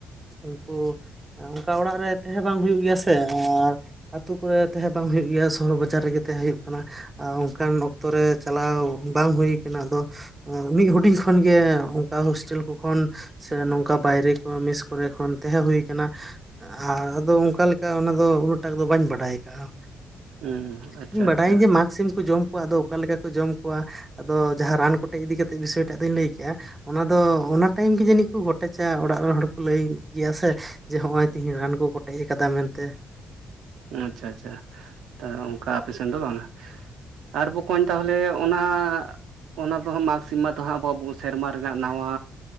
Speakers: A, on the right; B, on the right.
A: ᱩᱱᱠᱩ ᱚᱝᱠᱟ ᱚᱲᱟᱜ ᱨᱮ ᱛᱟᱦᱮᱸ ᱵᱟᱝ ᱦᱩᱭᱩᱜ ᱜᱮᱭᱟ ᱥᱮ ᱟᱨ ᱟᱹᱛᱩ ᱠᱚᱨᱮ ᱛᱟᱦᱮᱸ ᱵᱟᱝ ᱦᱩᱭᱩᱜ ᱜᱮᱭᱟ ᱥᱚᱦᱚᱨ ᱵᱟᱡᱟᱨ ᱨᱮᱜᱮ ᱛᱟᱦᱮᱸ ᱦᱩᱭᱩᱜ ᱠᱟᱱᱟ᱾ ᱟᱸ ᱚᱸᱠᱟᱱ ᱚᱠᱛᱚ ᱨᱮ ᱪᱟᱞᱟᱣ ᱵᱟᱝ ᱦᱩᱭ ᱠᱟᱱᱟ ᱟᱫᱚ ᱟᱸ ᱢᱤᱜ ᱦᱩᱰᱤᱧ ᱠᱷᱚᱱ ᱜᱮ ᱚᱸᱠᱟ ᱦᱳᱥᱴᱮᱞ ᱠᱚ ᱠᱷᱚᱱ ᱥᱮ ᱱᱚᱝᱠᱟ ᱵᱟᱭᱨᱮ ᱠᱚ ᱢᱮᱥ ᱠᱚᱨᱮ ᱠᱷᱚᱱ ᱛᱟᱦᱮᱸ ᱦᱩᱭ ᱠᱟᱱᱟ, ᱟᱻᱨ ᱟᱫᱚ ᱚᱸᱠᱟ ᱞᱮᱠᱟ ᱚᱱᱟ ᱫᱚ ᱩᱱᱟᱹᱜᱽ ᱴᱟᱜ ᱫᱚ ᱵᱟᱧ ᱵᱟᱰᱟᱭ ᱟᱠᱟᱜ-ᱟ᱾
B: ᱦᱩᱸ ᱟᱪᱪᱷᱟ
A: ᱤᱧ
B: ᱟᱪᱪᱷᱟ
A: ᱵᱟᱰᱟᱭᱟᱹᱧ ᱡᱮ ᱢᱟᱜᱽ ᱥᱤᱢ ᱠᱚ ᱡᱚᱢ ᱠᱚᱣᱟ, ᱟᱫᱚ ᱚᱠᱟ ᱞᱮᱠᱟ ᱠᱚ ᱡᱚᱢ ᱠᱚᱣᱟ ᱟᱫᱚ ᱡᱟᱦᱟᱸ ᱨᱟᱱ ᱠᱚᱴᱮᱡ ᱤᱫᱤ ᱠᱟᱛᱮᱜ ᱵᱤᱥᱚᱭ ᱴᱟᱜ ᱫᱩᱧ ᱞᱟᱹᱭ ᱠᱮᱜᱼᱟ ᱚᱱᱟ ᱫᱚ ᱚᱱᱟ ᱴᱟᱹᱭᱤᱢ ᱜᱮ ᱡᱟᱹᱱᱤᱡ ᱠᱚ ᱜᱚᱴᱮᱪᱟ ᱚᱲᱟᱜ ᱨᱮᱱ ᱦᱚᱲ ᱠᱚ ᱞᱟᱹᱭ ᱜᱮᱭᱟ ᱥᱮ᱾ ᱡᱮ ᱦᱚᱸᱜᱼᱚᱭ ᱛᱮᱦᱤᱧ ᱨᱟᱱ ᱠᱚ ᱠᱚᱴᱮᱡ ᱟᱠᱟᱫᱟ ᱢᱮᱱᱛᱮ?
B: ᱟᱸ ᱟᱪᱪᱷᱟ ᱟᱪᱪᱷᱟ, ᱛᱟ ᱚᱸᱠᱟ ᱟᱯᱮᱥᱮᱱ ᱫᱚ ᱵᱟᱝᱼᱟ᱾ ᱟᱨ ᱵᱚᱠᱚᱧ ᱛᱟᱦᱚᱞᱮ ᱚᱱᱟ ᱚᱱᱟ ᱫᱚᱦᱚᱸ ᱢᱟᱜᱽ ᱥᱤᱢᱟᱹ ᱫᱚ ᱦᱟᱸᱜ ᱟ ᱵᱩ ᱥᱮᱨᱢᱟ ᱨᱮᱱᱟᱜ ᱱᱟᱶᱟ